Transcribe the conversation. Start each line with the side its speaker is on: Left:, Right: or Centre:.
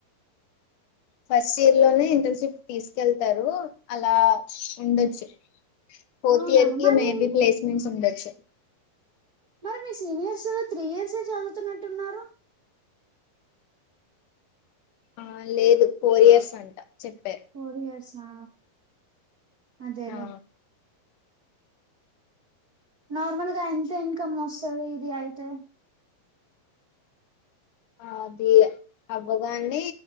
Left: ఫస్ట్ ఇయర్ లోనే ఇంటర్న్షిప్ తీసుకెళ్తారు. అలా ఉండొచ్చు ఫోర్త్
Right: అవునా
Left: ఇయర్ కి
Right: మరి
Left: మేబి ప్లేస్మెంట్స్ ఉండొచ్చు.
Right: మరి మీ సీనియర్స్ త్రీ ఇయర్సే చదువుతున్నట్టున్నారు.
Left: ఆ లేదు ఫోర్ ఇయర్స్ అంట చెప్పారు.
Right: ఫోర్ ఇయర్సా అదేలే.
Left: ఆ
Right: నార్మల్ గా ఎంత ఇన్కమ్ వస్తాది ఇది అయితే
Left: అది అవ్వగానే